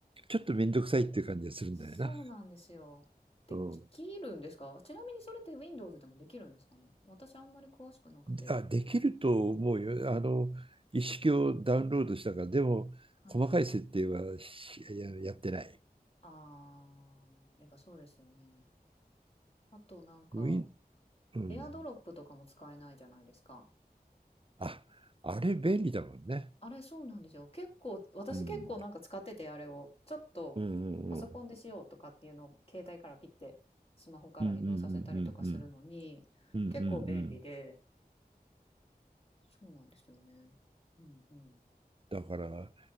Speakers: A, on the right; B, on the left.
A: ちょっとめんどくさいっていう感じがするんだよな。
B: そうなんですよ。できるんですかちなみにそれって
A: うん。
B: Windows でもできるんですかね私あんまり詳しくなくて。
A: あ、できると思うよ。あの、一式をダウンロードしたから、でも、
B: はい。
A: 細かい設定はしや、やってない。
B: あー、やっぱそうですよね。あとなんか、
A: ウィン、うん。
B: AirDrop とかも使えないじゃないですか。
A: あ、あれ便利だもんね。
B: あれそうなんですよ。結構、私結構なんか使ってて、
A: うん。
B: あれを。ちょっとパソコンでしようとかっていうのを携帯からピッてスマホから移動させたりとかするのに、
A: うんうんうん。うんうんうんうんうん。うんうんうん。
B: 結構便利で。そうなんですよね。うんうん。
A: だから、